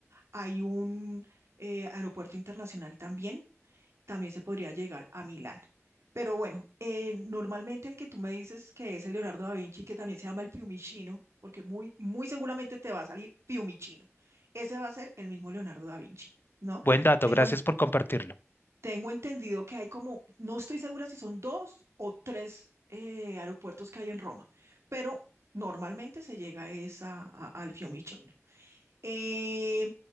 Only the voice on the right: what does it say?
hay un eh, aeropuerto internacional también también se podría llegar a Milán. Pero bueno, eh, normalmente el que tú me dices que es el Leonardo da Vinci, que también se llama el Fiumicino, porque muy, muy seguramente te va a salir Fiumicino. Ese va a ser el mismo Leonardo da Vinci, ¿no?
Tengo,
en-
tengo entendido que hay como, no estoy segura si son dos o tres eh, aeropuertos que hay en Roma, pero normalmente se llega es a, a- al Fiumicino. Eh,